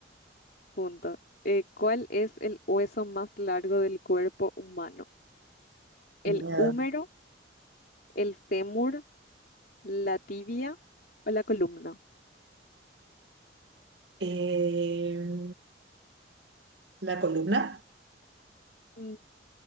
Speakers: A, on the left; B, on the right.
A: punto. Eh, ¿cuál es el hueso más largo del cuerpo humano? ¿El
B: Miedo.
A: húmero, el fémur, la tibia o la columna?
B: Em, la columna.
A: Mm,